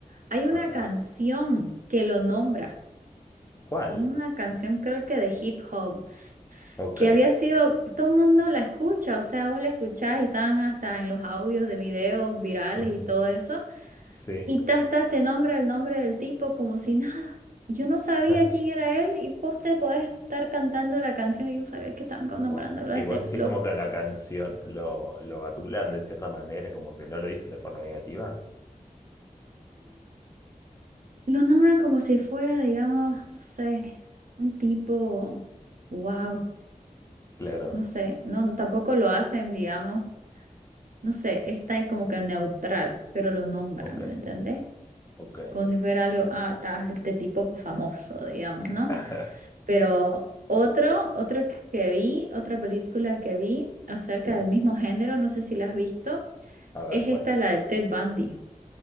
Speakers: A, on the right (about 70°); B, on the left (about 20°).
A: hay una
B: Ajá.
A: canción que lo nombra,
B: ¿Cuál?
A: una canción creo que de hip hop,
B: Ok.
A: que había sido, todo el mundo la escucha, o sea, vos la escuchás y están hasta en los audios de videos virales
B: Ujú.
A: y todo eso,
B: Sí.
A: y tas, tas, te nombra el nombre del tipo como si nada. Yo no sabía
B: <laughs>
A: quién era él y vos te podés estar cantando la canción y yo no sabía que estaban
B: Wow.
A: nombrándolo a
B: Y
A: este
B: vos decís
A: loco.
B: como que en la canción lo, lo adulan de cierta manera, como que no lo dicen de forma negativa.
A: Lo nombran como si fuera, digamos, no sé, un tipo, wow,
B: Claro.
A: no sé, no, tampoco lo hacen, digamos, no sé, está en como que neutral, pero lo nombran,
B: Ok.
A: ¿me entendés?
B: Ok.
A: Como si fuera algo, ah, ta, este tipo famoso, digamos, ¿no?
B: <laughs>
A: Pero otro, otro que vi, otra película que vi acerca
B: Sí.
A: del mismo género, no sé si la has visto,
B: A ver,
A: es
B: ¿cuál?
A: esta, la de Ted Bundy.